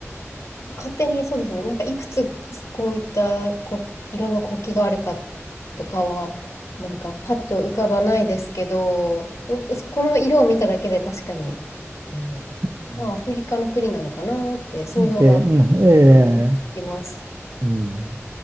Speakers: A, on the left (about 85°); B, on the right (about 65°).
A: 勝手にそうですね、なんかいくつこういったこ色の国旗があるかとかは、なんかパッと浮かばないですけど、僕そこの色を見ただけで確かに、あの、
B: う
A: あ、アフリカの国なのかなって想像が
B: んで、うんえ
A: うんできます。
B: えうん。